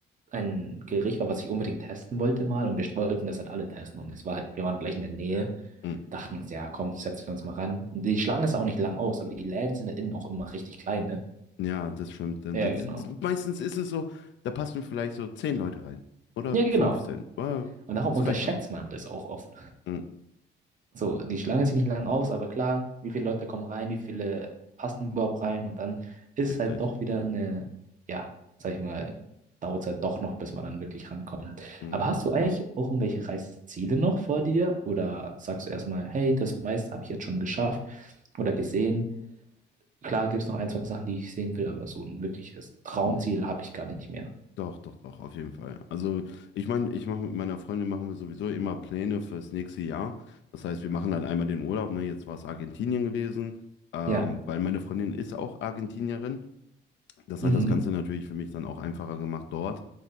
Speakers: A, on the right; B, on the left.
A: ein Gericht war, was ich unbedingt testen wollte mal und wir wollten das halt alle testen und es war halt, wir waren gleich in der Nähe,
B: Mm,
A: dachten uns, ja, komm, setzen wir uns mal ran. Und Die Schlange ist auch nicht lang aus, aber die Läden sind halt innen auch immer richtig klein, ne?
B: Ja, das stimmt. Dann-
A: Ja,
B: das-
A: genau.
B: das- Meistens ist es so, da passen vielleicht so 10 Leute rein. Oder
A: Ja, genau.
B: 15. Ja,
A: Und darum
B: Das
A: unterschätzt
B: reicht dann auch.
A: man das auch oft.
B: Mm,
A: So, die Schlange sieht nicht lang aus, aber klar, wie viele Leute kommen rein, wie viele passen überhaupt rein und dann ist
B: Richtig.
A: halt doch wieder eine, ja, sag ich mal, dauert es halt doch noch, bis man dann wirklich rankommt.
B: Mm.
A: Aber hast du eigentlich auch irgendwelche Reiseziele noch vor dir oder sagst du erstmal, hey, das meiste habe ich jetzt schon geschafft oder gesehen? Klar gibt es noch ein, zwei Sachen, die ich sehen will, aber so ein wirkliches Traumziel
B: Nee,
A: habe ich gar nicht mehr.
B: doch, doch, doch, auf jeden Fall. Also, ich meine, ich mache mit meiner Freundin machen wir sowieso immer Pläne fürs nächste Jahr. Das heißt, wir machen dann einmal den Urlaub, ne? Jetzt war es Argentinien gewesen, ähm,
A: Ja,
B: weil meine Freundin ist auch Argentinierin. Das
A: mhm.
B: hat das Ganze natürlich für mich dann auch einfacher gemacht dort.